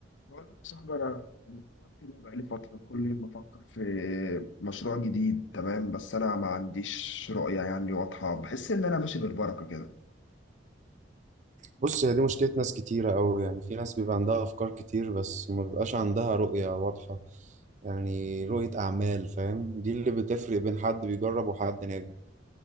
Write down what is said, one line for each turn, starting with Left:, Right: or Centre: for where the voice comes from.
Left: بقول لك يا صاحبي انا محتار كده بقالي فتره كل يوم بفكر في مشروع جديد تمام بس انا ما عنديش رؤيه يعني واضحه بحس ان انا ماشي بالبركه كده
Right: بص هي دي مشكلة ناس كتيرة أوي يعني في ناس بيبقى عندها أفكار كتير بس ما بيبقاش عندها رؤية واضحة يعني رؤية أعمال فاهم دي اللي بتفرق بين حد بيجرب وحد ناجح